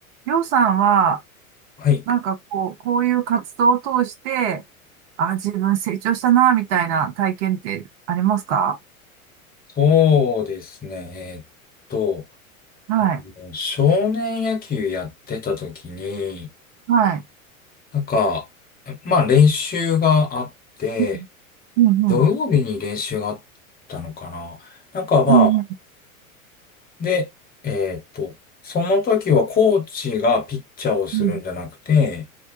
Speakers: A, on the right; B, on the left.
A: りょうさんは、
B: はい。
A: なんかこう、こういう活動を通して、あ、自分成長したな、みたいな体験ってありますか
B: そうですね。えーっと、
A: はい。
B: もう少年野球やってた時に、
A: はい。
B: なんか、まあ練習があって、
A: うん、うん、
B: 土曜日に練習があったのかな。なんかまあ、
A: うん、うん、
B: で、えーっと、その時はコーチがピッチャーをするんじゃなくて、
A: うん、